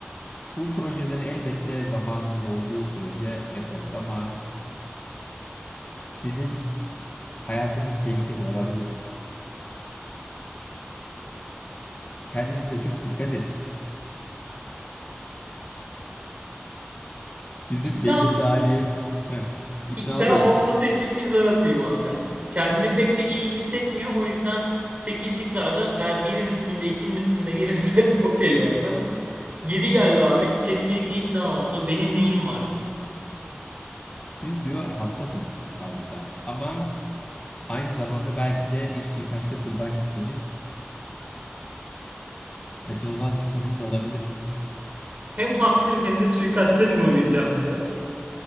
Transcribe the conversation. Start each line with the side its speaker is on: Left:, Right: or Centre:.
Left: Bu projeleri elbette zamanımız olduğu sürece yaparız ama sizin hayatınız tehlikede olabilir. Kendinize çok dikkat edin. Bizim
Right: İkna,
Left: devlet hali Heh, ikna
Right: ikna
Left: oluyor mu?
Right: olması için bir zar atayım abi. Kendini pek de iyi hissetmiyor. O yüzden 8'lik zarda eğer birin üstünde ikinin üstünde gelirse <laughs> okey zaten. yedi geldi abi. Kesinlikle ikna oldu. Benim neyim var diyor.
Left: Siz diyor hastasınız padişahım ama aynı zamanda belki de bir suikaste kurban gitmeniz kaçınılmaz bir sonunuz olabilir.
Right: Hem hastayım hem de suikaste mi uğrayacağım diyor.